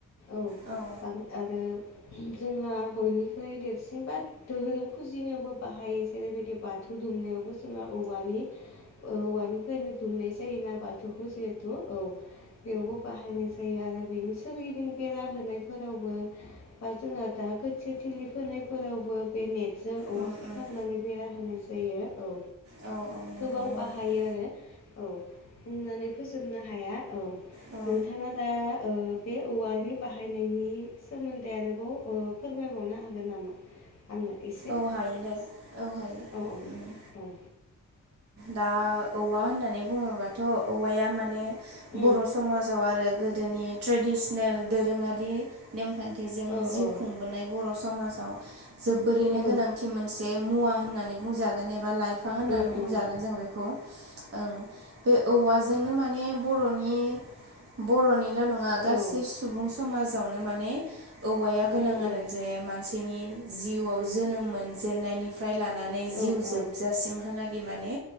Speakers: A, on the left (about 40°); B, on the right (about 45°).
A: औ
B: औ
A: आरो जोंहा बयनिख्रुइ देरसिन बा दोहोरोम फुजिनायावबो बाहायो जेरैबायदि बाथौ दुमनायावबो जोंहा औवानि औवानिफ्रायनो दुमनाय जायोना बाथौखौ जिहेथु औ बेयावबो बाहायनाय जायो आरो बेनि सोरगिदिं बेरा होनायफोरावबो बा जोंहा दा गोथिया थिलि फोनायफोरावबो बे नेटजों औवा
B: उम
A: खाथाबनानै
B: उम
A: बेरा होनाय जायो जायो औ
B: औ औ नंगौ
A: गोबां
B: ओं
A: बाहायो आरो औ होननानै फोजोबनो हाया औ
B: औ
A: नोंथांङा दा ओ बे औवानि बाहायनायनि सोमोन्दै आरोबाव ओ फोरमायबावनो हागोन नामा आंनो एसे
B: औ हायो दे औ हायो
A: औ औ
B: उम
A: औ
B: दा औवा होननानै बुंङोबाथ' औवाया माने
A: उम
B: बर' समाजाव आरो गोदोनि ट्रेडिसनेल दोरोङारि नेमखान्थिजों
A: औ
B: जिउ
A: औ
B: खुंबोनाय बर' समाजाव जोबोरैनो
A: औ
B: गोनांथि मोनसे मुवा होननानै बुंजागोन एबा लाइफ फां होननानै
A: ओम
B: बुंजागोन
A: ओम
B: जों बेखौ ओं बे औवाजोंनो माने बर'नि बर'निल' नङा
A: औ
B: गासै सुबुं समाजावनो माने औवाया गोनां
A: उम उम
B: आरो जे मानसिनि जिउआव जोनोम मोन जेननायनि फ्राय लानानै जिउ
A: औ
B: जोब
A: औ
B: जासिमहालागै माने